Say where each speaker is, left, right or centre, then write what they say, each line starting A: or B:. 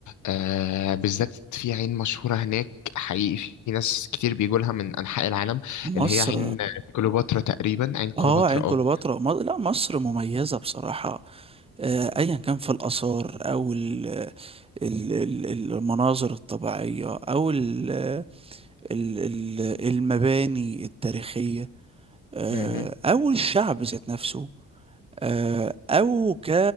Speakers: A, on the left; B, on the right.
A: آه بالذات في عين مشهورة هناك حقيقي في ناس كتير بيجوا لها من أنحاء العالم اللي
B: مصر
A: هي عين كليوباترا تقريبا عين كليوباترا
B: اه عين
A: اه
B: كليوباترا م- لا مصر مميزة بصراحة آه، ايا كان في الآثار او ال- ال- ال- ال- المناظر الطبيعية او ال- ال- ال- المباني التاريخية آه،
A: مهم.
B: او الشعب ذات نفسه آه، او ك